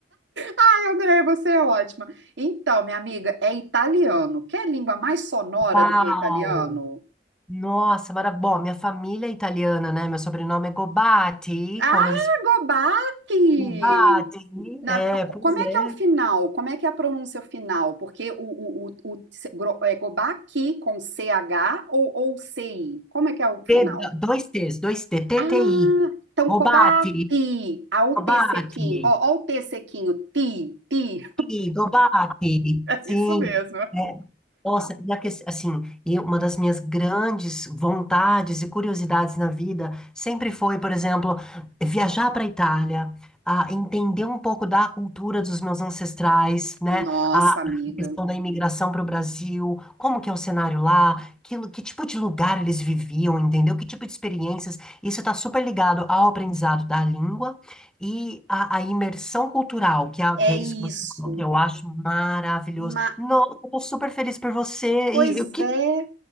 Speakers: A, on the right (about 80°); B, in the centre.
A: Ai, André, você é ótima. Então, minha amiga, é italiano. Quer língua mais sonora
B: Uau!
A: do que o italiano?
B: Nossa, maravilha. Bom, minha família é italiana, né? Meu sobrenome é Gobatti,
A: Ah,
B: como eles...
A: gobaque.
B: Gobatti.
A: Na-
B: É,
A: como
B: pois
A: é
B: é.
A: que é o final? Como é que é a pronúncia final? Porque o, o, o, o se- gro- é Gobaki com CH ou, ou CI? Como é que é o final?
B: T- dois T's, dois T, T
A: Ah,
B: T I.
A: então
B: Gobatti,
A: Kobaki, a o
B: Gobatti.
A: T sequinho, ó, ó o T sequinho, ti, ti,
B: Ih, Gobatti.
A: <laughs> é
B: Sim.
A: isso mesmo.
B: é, Nossa, e a que- assim, e uma das minhas grandes vontades e curiosidades na vida sempre foi, por exemplo, viajar para a Itália, a entender um pouco da cultura dos meus ancestrais, né?
A: Nossa,
B: A
A: amiga,
B: questão da imigração para o Brasil, como que é o cenário lá, que, lu- que tipo de lugar eles viviam, entendeu? Que tipo de experiências. Isso está super ligado ao aprendizado da língua e à, à imersão cultural, que é,
A: é
B: que é isso
A: isso.
B: que você falou, que eu acho maravilhoso.
A: Ma-
B: Nossa, eu tô super feliz por você.
A: pois
B: E, e o que,
A: é,